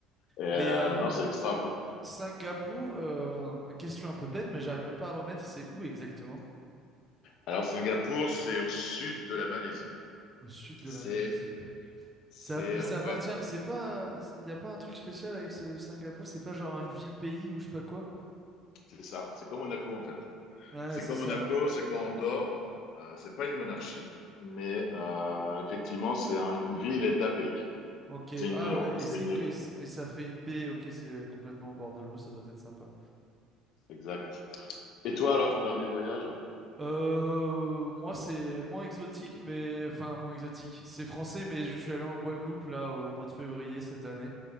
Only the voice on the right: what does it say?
Mais euh,
Singapour, euh, une question un peu bête, mais j'arrive même pas à remettre, c'est où exactement?
Au sud de
la Malaisie.
Ça, mais ça
appartient, c'est pas, il n'y a pas un truc spécial avec ce Singapour, c'est pas genre une ville-pays ou je sais pas quoi.
Ouais,
c'est
ça.
Ok,
ah
ouais,
et c'est,
et c- et ça fait une baie, ok, c'est complètement au bord de l'eau, ça doit être sympa.
Euh, moi, c'est moins exotique, mais enfin moins exotique. C'est français, mais je suis allé en Guadeloupe là au mois de février cette année.